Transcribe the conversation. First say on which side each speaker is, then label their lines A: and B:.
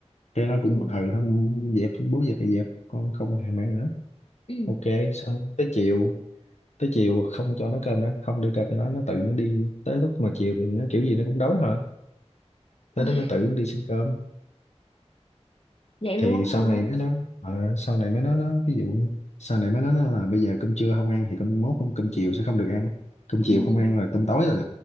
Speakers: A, on the left; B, on the left.
A: cái nó cũng
B: ừ
A: ừ không dẹp bố dẹp thì dẹp con không thèm ăn nữa
B: ừ
A: ok xong tới chiều tới chiều không cho nó cơm nữa không đưa cơm cho nó nó tự nó đi tới lúc mà chiều thì nó kiểu gì nó cũng đói thôi tới
B: <laughs> Ôi,
A: đó nó tự nó đi xin cơm
B: vậy
A: thì
B: luôn á
A: sau
B: hả
A: này mới nói ờ, sau này mới nói đó ví dụ như sau này mới nói nó là bây giờ cơm trưa không ăn thì cơm mốt cơm, cơm chiều sẽ không được ăn cơm chiều
B: ừ
A: không ăn là cơm tối rồi